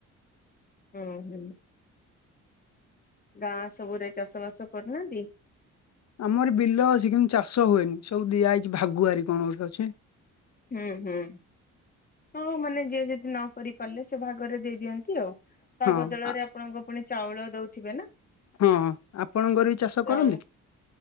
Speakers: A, on the left (about 30°); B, on the left (about 60°).
A: ହୁଁ ହୁଁ। ଗାଁ ସବୁରେ ଚାଷ ବାସ କରୁନାହାନ୍ତି।
B: ଆମର ବିଲ ଅଛି କିନ୍ତୁ ଚାଷ ହୁଏନି ସବୁ ଦିଆଯାଇଛି ଭାଗୁଆରି କଣ ଗୋଟେ ଅଛି?
A: ହୁଁ ହୁଁ। ହଁ ମାନେ ଯିଏ ଯଦି ନ କରି ପାରିଲେ ସେ ଭାଗରେ ଦେଇଦିଅନ୍ତି ଆଉ ତା
B: ହଁ।
A: ବଦଳରେ
B: ଆ
A: ଆପଣଙ୍କୁ ପୁଣି ଚାଉଳ ଦଉଥିବେ ନା?
B: ହଁ ଆପଣଙ୍କର ବି ଚାଷ
A: ଚାଉଳ
B: କରନ୍ତି।